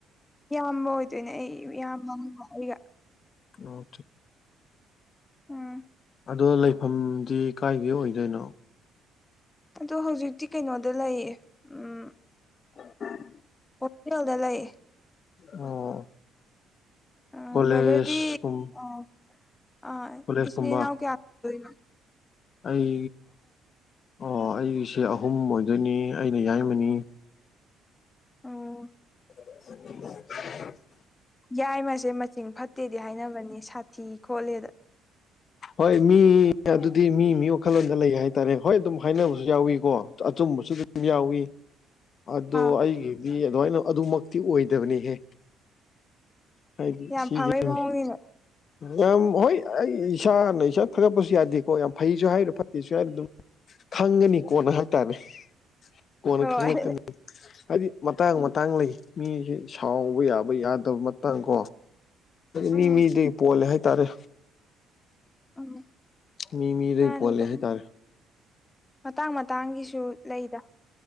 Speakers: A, on the left; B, on the left.
A: ꯏꯌꯥꯝꯕ ꯑꯣꯏꯗꯣꯏꯅꯦ ꯑꯩ ꯏꯌꯥꯝꯕ ꯑꯃꯒ ꯑꯩꯒ
B: ꯑꯣ
A: ꯎꯝ
B: ꯑꯗꯣ ꯂꯩꯐꯝꯗꯤ ꯀꯥꯏꯗꯩ ꯑꯣꯏꯗꯣꯏꯅꯣ
A: ꯑꯗꯣ ꯍꯧꯖꯤꯛꯇꯤ ꯀꯩꯅꯣꯗ ꯂꯩꯌꯦ ꯎꯝ
B: <unintelligible>
A: ꯍꯣꯇꯦꯜꯗ ꯂꯩꯌꯦ
B: ꯑꯣ
A: ꯎꯝ
B: ꯀꯣꯂꯦꯖ
A: ꯕ꯭ꯔꯗꯔꯗꯤ
B: ꯀꯨꯝ
A: ꯑꯥ ꯑꯥ
B: ꯀꯣꯂꯦꯖ
A: ꯏꯆꯤꯟ
B: ꯀꯨꯝꯕ
A: ꯏꯅꯥꯎ ꯀꯌꯥ ꯅꯣ
B: ꯑꯩ ꯑꯩꯒꯤꯁꯦ
A: ꯑꯥ
B: ꯑꯍꯨꯝ ꯑꯣꯏꯗꯣꯏꯅꯤ ꯑꯩꯅ ꯌꯥꯏꯃꯅꯤ
A: ꯑꯣ
B: <inaudible>
A: ꯌꯥꯏꯃꯁꯦ ꯃꯆꯤꯡ ꯐꯠꯇꯦꯗꯤ ꯍꯥꯏꯅꯕꯅꯦ ꯁꯥꯊꯤ ꯈꯣꯠꯂꯦꯗ
B: ꯍꯣꯏ ꯃꯤ ꯑꯗꯨꯗꯤ ꯃꯤ ꯃꯤ ꯋꯥꯈꯜꯂꯣꯟꯗ ꯂꯩ ꯍꯥꯏꯇꯥꯔꯦ ꯍꯣꯏ ꯑꯗꯨꯝ ꯍꯥꯏꯅꯕꯖꯨ ꯌꯥꯎꯋꯤꯀꯣ ꯑꯆꯨꯝꯕꯁꯨ ꯑꯗꯨꯝ ꯌꯥꯎꯋꯤ
A: <inaudible>
B: ꯑꯗꯣ
A: ꯑꯥ
B: ꯑꯩꯒꯤꯗꯤ ꯑꯗꯨꯃꯥꯏꯅ ꯑꯗꯨꯃꯛꯇꯤ ꯑꯣꯏꯗꯕꯅꯤꯍꯦ ꯍꯥꯏꯗꯤ
A: ꯌꯥꯝ
B: <unintelligible>
A: ꯐꯕꯩ ꯃꯑꯣꯡꯅꯤꯅꯦ
B: ꯌꯥꯝ ꯍꯣꯏ ꯑꯩ ꯏꯁꯥꯅ ꯏꯁꯥ ꯊꯥꯒꯠꯄꯁꯨ ꯌꯥꯗꯦꯀꯣ ꯌꯥꯝ ꯐꯩꯁꯨ ꯍꯥꯏꯔꯣꯏ ꯐꯠꯇꯦꯁꯨ ꯍꯥꯏꯔꯣꯏ ꯑꯗꯨꯝ ꯈꯪꯒꯅꯤ ꯀꯣꯟꯅ ꯍꯥꯏꯇꯥꯔꯦ ꯀꯣꯟꯅ
A: ꯍꯣꯏ
B: ꯈꯪꯂꯛꯀꯅꯤ ꯍꯥꯏꯗꯤ ꯃꯇꯥꯡ
A: ꯎꯝ
B: ꯃꯇꯥꯡ ꯂꯩ ꯃꯤꯁꯦ ꯁꯥꯎꯕ ꯌꯥꯕ ꯌꯥꯗꯕ ꯃꯇꯥꯡ ꯀꯣ
A: ꯎꯝ
B: ꯃꯤ ꯃꯤꯗꯩ ꯄꯣꯜꯂꯦ ꯍꯥꯏꯇꯥꯔꯦ
A: ꯎꯝ
B: ꯃꯤ ꯃꯤꯗꯒꯤ
A: <inaudible> ꯃꯥꯅꯤꯗ
B: ꯄꯣꯜꯂꯦ ꯍꯥꯏꯇꯥꯔꯦ
A: ꯃꯇꯥꯡ ꯃꯇꯥꯡꯒꯤꯁꯨ ꯂꯩꯗ